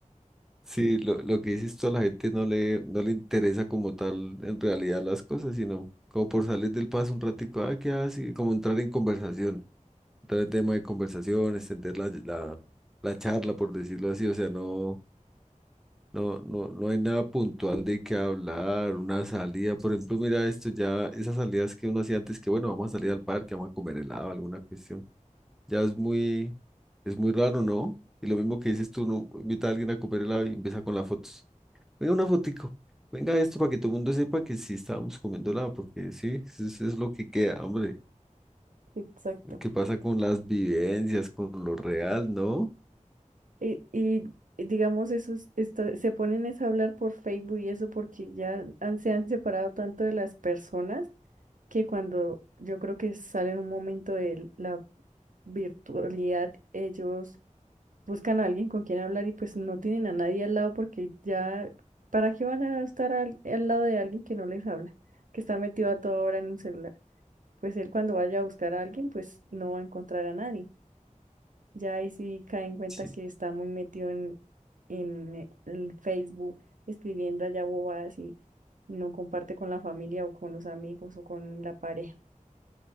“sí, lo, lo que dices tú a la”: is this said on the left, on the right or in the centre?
Centre